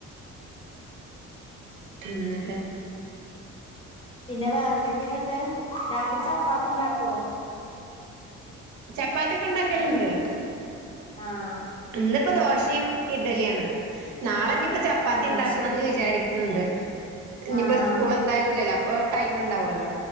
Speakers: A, on the right; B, on the left.
A: എന്നിട്ട്?
B: പിന്നെ വേറെന്തൊക്കെയ ഇങ്ങട്ട് രാത്രി ചപ്പാത്തി ഉണ്ടാക്കോ?
A: ചപ്പാത്തിയൊക്കെ ഉണ്ടാക്കല്ണ്ട്.
B: അങ്ങനെ ആഹ്.
A: ഇന്ന്പ്പോ ദോശയും ഇഡ്ലിയാണ് നാളെഞിപ്പോ. ചപ്പാത്തിണ്ടാക്കണംന്ന്
B: ആഹ് അത് ശരി
A: വിചാരിക്കുന്നുണ്ട്. ഇനിയിപ്പോൾ
B: ആഹ്
A: സ്കൂൾ. എന്തായാലും ഇല്ലല്ലോ അപ്പോ ടൈം ഉണ്ടാവുല്ലോ.